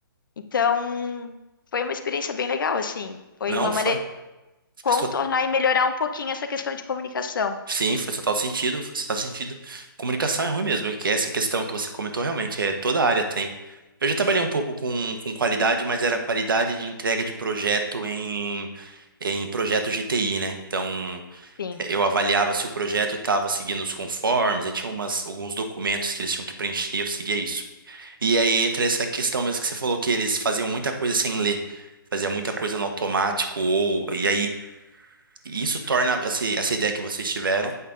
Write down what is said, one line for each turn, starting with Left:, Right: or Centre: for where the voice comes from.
Left: Então, foi uma experiência bem legal, assim. Foi
Right: Não,
Left: uma maneira
Right: faz,
Left: de contornar
Right: faz to-
Left: e melhorar um pouquinho essa questão de comunicação.
Right: Sim, faz total sentido, faz total sentido. Comunicação é ruim mesmo, é que essa questão que você comentou realmente é toda a área tem. Eu já trabalhei um pouco com, com qualidade, mas era qualidade de entrega de projeto em, em projeto G T I né? Então,
Left: Sim.
Right: eu avaliava se o projeto estava seguindo os conformes, aí tinha umas, alguns documentos que eles tinham que preencher, eu seguia isso. E aí entra essa questão mesmo que você falou, que eles faziam muita coisa sem ler, fazia muita coisa no automático, ou, e aí isso torna, essa, essa ideia que vocês tiveram,